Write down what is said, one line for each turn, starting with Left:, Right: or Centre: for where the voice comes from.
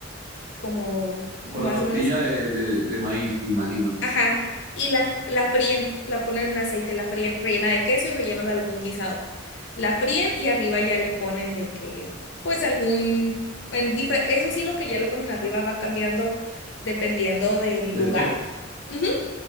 Left: como más
Right: Con la tortilla
Left: o menos
Right: de, de, de maíz, me imagino,
Left: Ajá, y la, la fríen, la ponen en aceite, la fríen, rellena de queso y relleno de algún guisado. La fríen y arriba ya le ponen de que, pues algún, en dife- eso sí, lo que ya le ponen arriba va cambiando dependiendo del
Right: del
Left: lugar.
Right: chef.
Left: Ujú.